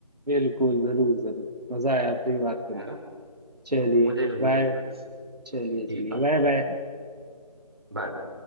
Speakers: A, on the right; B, on the right.
A: बिल्कुल जरूर जरूर मजा आया आपसे भी बात करके
B: है ना
A: चलिए
B: मुझे भी मुझे
A: बाय
B: भी भाई
A: चलिए
B: ठीक
A: चलिए
B: बाय
A: बाय बाय
B: बाय